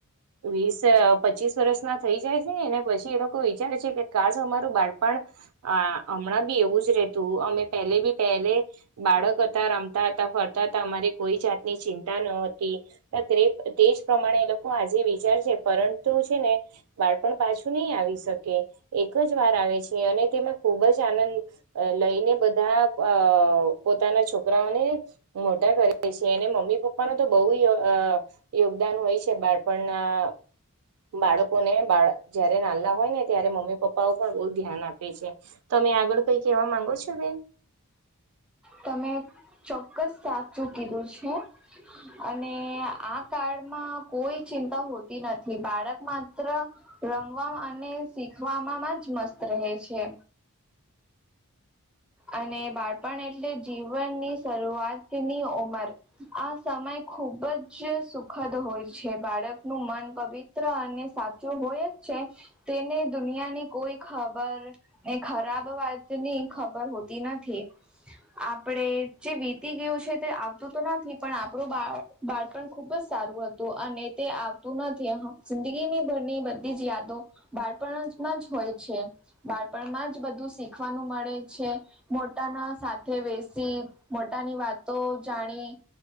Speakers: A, on the right; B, in the centre.
A: વીસ પચીસ વર્ષ ના થઈ જાય છે ને એને પછી એ લોકો વિચારે છે કે કાસ અમારું બાળપણ આ હમણાં બી એવું રહેતું અમે પહેલે બી પહેલે બાળક રમતા હતા ફરતા હતા અમારે કોઈ જાતની ચિંતા ન હોતી. તેજ પ્રમાણે એ લોકો આજે વિચાર છે પરંતુ છે ને બાળપણ પાછું નઈ આવી શકે એક જ વાર આવે છે અને તેમાં ખુબ જ આનંદ અ લઈને બધા અ પોતાના છોકરાઓને મોટા કરે છે એને મમ્મી પપ્પાનો તો બઉ અ યોગદાન હોય છે બાળપણના બાળકોને બાળ જ્યારે નાલ્લા હોય ને ત્યારે મમ્મી પપ્પાઓ પણ બહુ ધ્યાન આપે છે. તમે આગળ કઈ કેવા માંગો છો બેન.
B: તમે ચોક્કસ સાચું કીધું છે અને આ કાળમાં કોઈ ચિંતા હોતી નથી બાળકમાત્ર રમવામાં અને શીખવામા માં જ મસ્ત રહે છે. અને બાળપણ એટલે જીવનની શરૂઆતની ઉંમર. આ સમય ખુબ જ સુખદ હોય છે, બાળકનું મન પવિત્ર અને સાચો હોય જ છે. તેને દુનિયાની કોઈ ખબર ને ખરાબ વાતની ખબર હો તી નથી. આપડે જે વીતી ગયું છે તે આવતું તો નથી પણ આપણું બાળ બાળપણ ખુબ જ સારું હતું અને તે આવતું નથી, જિંદગીની ભરની બધી જ યાદો બાળપણમાં જ હોય છે, બાળપણમાં જ બધું શીખવાનું મળે છે. મોટાના સાથે બેસી મોટાની વાતો જાણી.